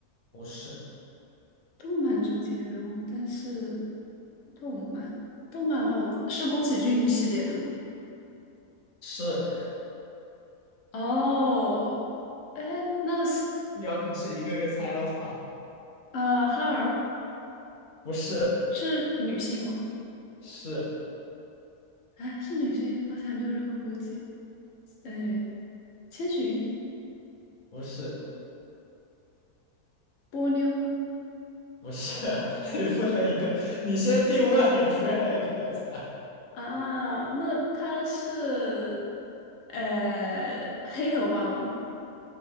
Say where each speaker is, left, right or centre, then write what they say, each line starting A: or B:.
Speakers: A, on the left; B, on the left.
A: 不是，
B: 动漫主题的人物，但是动漫动漫的话我，是宫崎骏系列的吗？
A: 是。
B: 哦，哎，那是
A: 你要开始一个个猜了吗？
B: 呃，哈尔
A: 不是，
B: 是女性吗？
A: 是，
B: 哎，是女性，而且还没有任何国籍。哎，千寻，
A: 不是，
B: 波妞
A: 不是。<laughs> 你不能一个，你先定位，你不要一个个猜。
B: 啊，那她是呃黑头发吗？